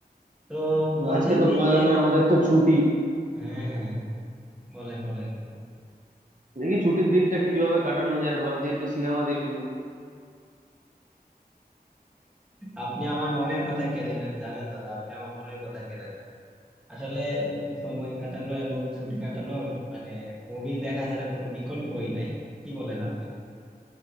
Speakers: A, in the centre; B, on the right (about 50°).
A: তো
B: না,
A: বন্ধের
B: আজকে তো
A: দিন
B: পয়লা
A: যেহেতু
B: মে আমাদের তো ছুটি
A: হ্যাঁ হ্যাঁ বলেন বলেন
B: দেখি ছুটির দিনটা কিভাবে কাটানো যায় ভাবছি একটু সিনেমা দেখবো
A: আপনি আমার মনের কথা কেড়ে নেন জানেন দাদা আপনি আমার মনের কথা কেড়ে নেন আসলে ওই সময় কাটানো এবং ছুটি কাটানোর মানে মুভি দেখা ছাড়া কোনো বিকল্পই নাই কি বলেন আপনি